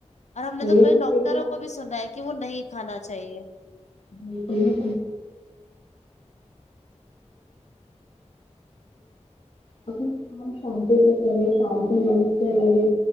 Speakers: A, on the left; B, on the left.
A: اور ہم نے تو
B: یہ
A: کئی
B: سب
A: ڈاکٹروں
B: دیکھا
A: کو بھی سنا ہے کہ وہ نہیں کھانا چاہیے
B: <inaudible> اچھا اپنا کام شان سے کرے شانتی من سے رہے